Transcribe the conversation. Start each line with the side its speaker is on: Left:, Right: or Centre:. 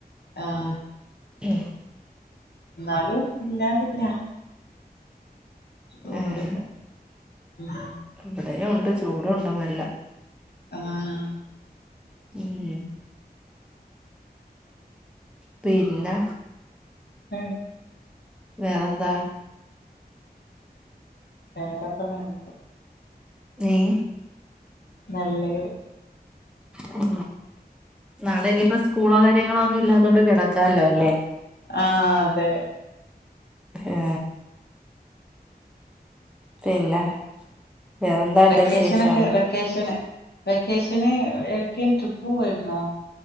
Left: ആഹ്
Centre: ഉം
Left: എന്നാലും ഇല്ലാതില്ല ഓഹ്
Centre: ഏഹ്
Left: വിടട്ടെ ഉം
Centre: ഇവിടെയും ഉണ്ട് ചൂടു ഉണ്ട് നല്ല
Left: ആഹ്
Centre: ഉം പിന്നെ
Left: ഉം
Centre: വേറെന്താ
Left: വേരൊക്കെ നല്ല
Centre: ഏഹ്
Left: നല്ലത്
Centre: ഉം നാളെ ഇനിയിപ്പോ സ്കൂളോ കാര് നിങ്ങളൊന്നും ഇല്ലാത കൊണ്ട് കിടക്കാല്ലോ അല്ലേ
Left: ആ അതെ
Centre: ആ പിന്നെ വേറെന്താണ്ട്
Left: വെക്കേഷനൊക്കെ
Centre: വിശേഷം
Left: വെക്കേഷന് വെക്കേഷന് എവിടെക്കെ ട്രിപ്പ് പോയിരുന്നോ